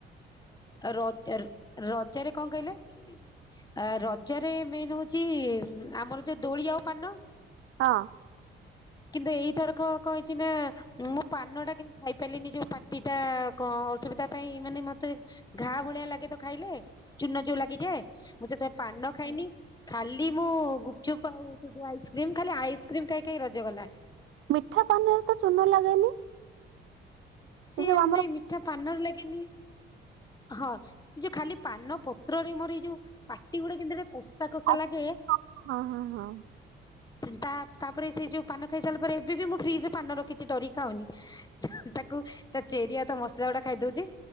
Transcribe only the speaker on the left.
ର <unintelligible> ରଜାରେ କଣ କହିଲେ? ଆ ରଜରେ ମେନ୍ ହଉଚ ଆମର ଯୋଉ ଦୋଳି ଆଉ ପାନ
କିନ୍ତୁ ଏଇଥରକ କହିଛି ନା ମୁଁ ପାନ ଟା କି ଖାଇ ପାରିଲିନି ଯୋଉ ପାଟି ଟା କଣ ଅସୁବିଧା ପାଇଁ ମାନେ ମତେ ଘା ଭଳିଆ ଲାଗେ ତ ଖାଇଲେ ଚୁନ ଯୋଉ ଲାଗିଯାଏ ମୁଁ ସେଥିଁ ପାନ ଖାଇନି ଖାଲି ମୁଁ ଗୁପଚୁପ ଆଉ ସେ ଯ ଆଇସକ୍ରିମ ଖାଲି ଆଇସକ୍ରିମ ଖାଇ ଖାଇ ରଜ ଗଲା।
ସିଏ
ନାଇଁ
ମିଠା ପାନର ଲାଗେନି ହଁ ସେ ଯୋଉ ଖାଲି ପାନ ପତ୍ରରେ ମୋର ଏଇ ଯୋଉ ପାଟି ଗୁଡା କିନ୍ତି ଗୋଟେ କସ୍ ସା କସା
ଲାଗେ
ତା ତାପରେ ସେ ଯୋଉ ପାନ ଖାଇସାରିଲା ପରେ ଏବେ ବି ମୁଁ ଫ୍ରିଜରେ ପାନ ରଖିଛି ଡରିକି ଖାଉନି। ତାକୁ ତା ଚେରି ଆଉ ତା ମସଲା ଗୁଡା ଖାଇଦଉଛି